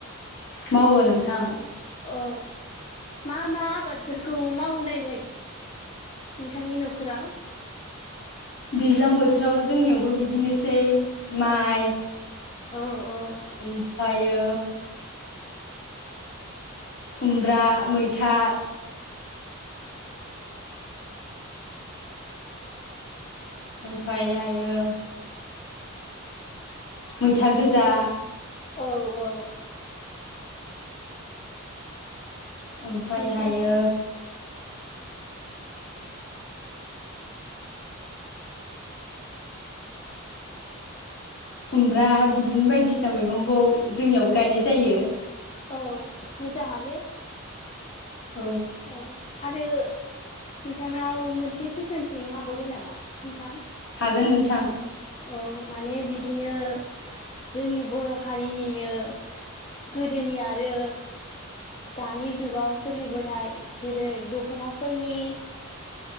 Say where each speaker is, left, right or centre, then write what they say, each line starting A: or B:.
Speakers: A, on the left; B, on the left.
A: मावो नोंथां।
B: औ मा मा आबादफोरखौ मावनाय जायो? नोंथांनि न'खराव
A: दैज्लां बोथोराव जोंनियावबो बिदिनोसै माइ
B: औ औ
A: ओमफायो खुमब्रा मैथा ओमफ्रायायो मैथा गोजा
B: औ औ
A: ओमफ्रायहायो
B: नोंथाङा
A: खुमब्रा बिदिनो बायदिसिना मैगंखौ जोंनियावबो गायनाय जायो।
B: औ मोजाङानो
A: औ
B: औ आरो नोंथांनाव मोनसे कुइसन सोंनो हाबावगोन नामा नोंथां?
A: हागोन नोंथां।
B: औ माने बिदिनो जोंनि बर' हारिनिनो गोदोनि आरो दानि जुगाव सोलिबोनाय जेरै दख'नाफोरनि